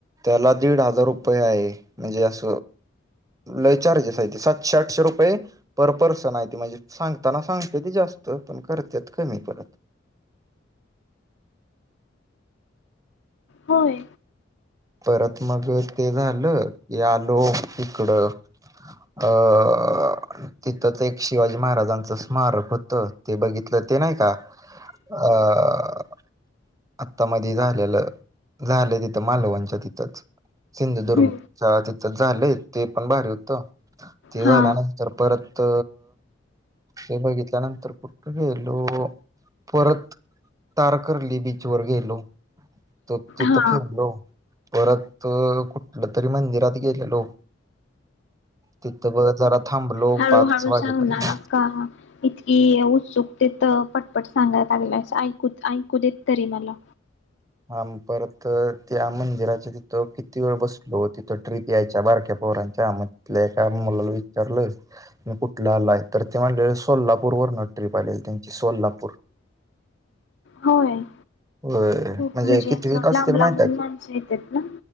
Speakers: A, on the right; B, on the left.
A: त्याला दीड हजार रुपये आहे म्हणजे अस लई चार्जेस आहेती सातशे आठशे रुपये पर पर्सन आहे ते म्हणजे सांगताना सांगतेत जास्त पण करत्यात कमी परत
B: होय.
A: परत मग ते झालं की आलो इकडं अअअ तिथंच एक शिवाजी महाराजांच स्मारक होत. ते बघितलं ते नाही का अअ आत्ता मधी झालेलं झालंय तिथं मालवणच्या तिथंच सिंधुदुर्ग
B: हम्म
A: चा तिथ झालंय ते पण भारी होतं. ते
B: हा
A: झाला नंतर परत त हे बघितल्यानंतर कुठ गेलो. परत तारकर्ली बीचवर गेलो तो तित
B: हा
A: तर फिरलो. परत कुठल तरी मंदिरात गेलेलो तिथं ब जरा थांबलो
B: हळू
A: पाच
B: हळू
A: वाजेपर्यंत
B: सांग ना का इतकी उत्सुक ते तर पटपट सांगाया लागलास ऐकू ऐकू देत तरी मला
A: हा म परत त्या मंदिराच्या तिथं किती वेळ बसलो तिथं ट्रीप यायच्या बारक्या पोरांच्या म तिथल्या एका मुलाला विचारलं मी कुठला आलाय तर ते म्हटले सोलापूर वरन ट्रीप आलेली त्यांची सोलापूर
B: होय.
A: होय.
B: खूप म्हणजे
A: कितवीला
B: असं
A: असतील
B: लांब
A: माहित
B: लांबून
A: आहे
B: माणसं येतात ना